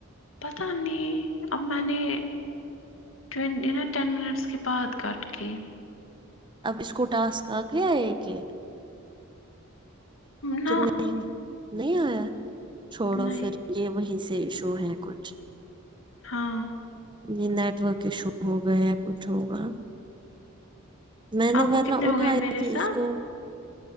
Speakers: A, on the left (about 65°); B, on the right (about 25°).
A: پتہ نہیں اماں نے ٹینڈے نا ٹین منٹس کے بعد کاٹکے
B: اب اس کو ٹاسک آ گیا ایک کہ
A: نہ
B: کہ نہیں نہیں آیا چھوڑو
A: نہیں
B: پھر یہ وہیں سے ایشو ہے کچھ
A: ہاں
B: جی نیٹ ورک ایشو ہو گیا کچھ ہوگا میں نے
A: آپ
B: ورنہ
A: کو کتنے
B: اٹھایا
A: ہو گئے میرے
B: تھی پھر
A: ساتھ
B: اس کو